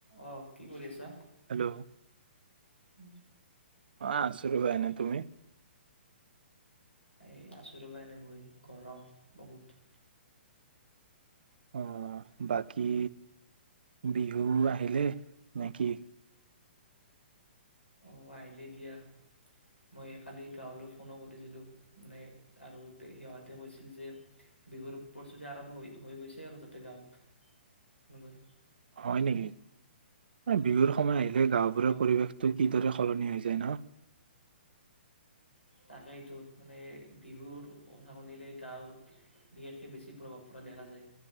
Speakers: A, on the left (about 85°); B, on the right (about 60°).
A: অ', কি কৰি আছা?
B: হেল্ল'।
A: উম।
B: অ', আছো ৰ'বা এনে, তুমি?
A: এই আছো ৰ'বা এনে বহি গৰম বহুত।
B: অ', বাকী বিহু আহিলে, নেকি?
A: অ', আহিলেই দিয়া মই কালি গাঁৱলৈ ফোনো সুধিছিলোঁ মানে আৰু সিহঁতে কৈছিল যে বিহুৰ প্ৰস্তুতি আৰম্ভ হৈ হৈ গৈছে আৰু তাতে গাঁৱত সনেককৈ
B: হয় নেকি, অ বিহুৰ সময় আহিলে এ গাওঁবোৰৰ
A: অ
B: পৰিৱেশটো কিদৰে সলনি হৈ যায়, ন?
A: তাকেইতো মানে বিহুৰ কথা শুনিলে গাঁৱত বিশেষকৈ বেছি প্ৰভাৱ পৰা দেখা যায়।